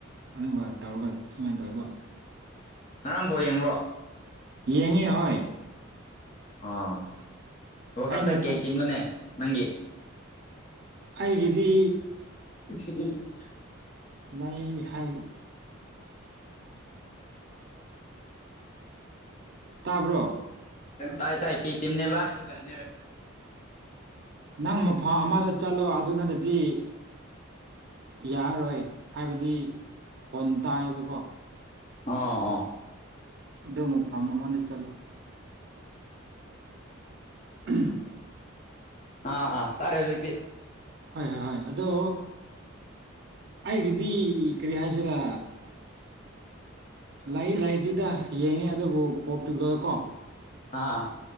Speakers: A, on the right; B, on the left.
A: ꯑꯗꯨꯒ ꯇꯧꯔꯒ ꯁꯨꯃꯥꯏ ꯇꯧꯏꯕ
B: ꯉꯔꯥꯡ ꯕꯣ ꯌꯦꯡꯕ꯭ꯔꯣ
A: ꯌꯦꯡꯉꯤ ꯍꯣꯏ
B: ꯑ ꯋꯥꯜꯛꯞꯇ
A: ꯑꯩꯅ
B: ꯀꯩ
A: ꯁꯞ
B: ꯇꯤꯝꯅꯣꯅꯦ ꯅꯪꯒꯤ
A: ꯑꯩꯒꯤꯗꯤ
B: <unintelligible> <unintelligible> <unintelligible>
A: ꯂꯩ ꯍꯥꯏ ꯇꯥꯕ꯭ꯔꯣ
B: ꯇꯥꯏ ꯇꯥꯏ ꯀꯩ ꯇꯤꯝꯅꯦꯕ <unintelligible>
A: ꯅꯪ ꯃꯐꯥ ꯑꯃꯗ ꯆꯠꯂꯣ ꯑꯗꯨ ꯅꯗꯗꯤ ꯌꯥꯔꯣꯏ ꯍꯥꯏꯕꯗꯤ ꯈꯣꯟ ꯇꯥꯏꯌꯦꯕꯀꯣ
B: ꯑꯣ ꯑꯣ
A: ꯑꯗꯨ ꯃꯐꯝ ꯑꯃꯗ ꯆꯠꯂꯣ <unintelligible>
B: ꯑꯥ ꯑꯥ ꯇꯥꯔꯦ ꯍꯧꯖꯤꯛꯇꯤ
A: ꯍꯣꯏ ꯍꯣꯏ ꯍꯣꯏ ꯑꯗꯣ ꯑꯩꯒꯤꯗꯤ ꯀ꯭ꯔꯤ ꯍꯥꯏꯁꯤꯔꯥ ꯂꯩ ꯂꯩꯇꯦꯗ ꯌꯦꯡꯉꯤ ꯑꯗꯨꯕꯨ ꯄꯣꯔꯇꯨꯒꯜ ꯀꯣ
B: ꯑꯥ